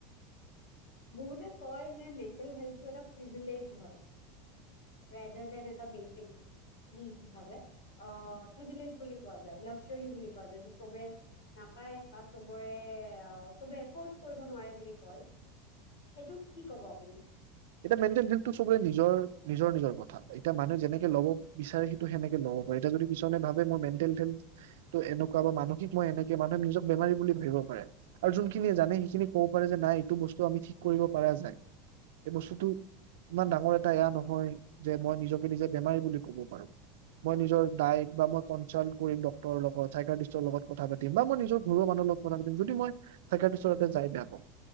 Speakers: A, on the left; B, on the right.
A: বহুতে কয় যে মেণ্টেল হেল্থ এটা প্ৰিভিলেজ হয়, প্ৰায় ড ডেম এটা বেচিক নিড হিচাপে প্ৰিভিলেজ বুলি কোৱা যায় লাকজাৰী বুলি কোৱা যায়, যে চবে নাপায় বা চবৰেবে এফৰ্ড কৰিব নোৱাৰে বুলি কয়। সেইটো কি ক'ব আপুনি?
B: এতিয়া মেন্দেত বিলটো নিজৰ নিজৰ নিজৰ কথা, এতি মানুহে যেনেকে লব বিচাৰে সেইটো সেনেকে লব পাৰে এ যদি পিছনে ভাবে মই মেণ্টেল হেলটো এনেকুৱা বা মানসিক মইনেকে মানুহে নিজক বেমাৰী বুলি ভাবিব পাৰে, আৰু যোনখিনে জানে সেইখিনি কব পাৰে যে নাই এইটো বস্তু আমি ঠিক কৰিব পৰা যায়। এই বস্তু টো ইমান ডাঙৰ এটা এয়া নহয় যে মই নিজকে নিজে বেমাৰী বুলি কব পাৰো, মই নিজৰ ডায়ট বা মই কনচাল্ট কৰি ডক্টৰৰ লগত চাইকাট্ৰিষ্টৰ লগত কথা পাতিম বা মই নিজৰ ঘৰুৱা মানুহ লগত কথা পাতিম, যদি মই চাইকাট্ৰিষ্টৰ যাই বেয়া পাওঁ,